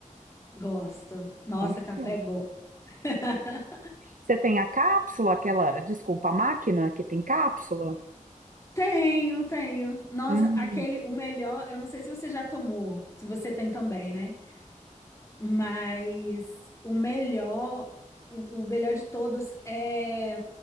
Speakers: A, on the left; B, on the right.
A: Gosto. Nossa,
B: Então me
A: café
B: conta.
A: é bom. <laughs>
B: Você tem a cápsula, aquela, desculpa, a máquina que tem cápsula?
A: Tenho, tenho. Nossa,
B: Hum.
A: aquele, o melhor, eu não sei se você já tomou, se você tem também, né? Mas o melhor, o, o melhor de todos é,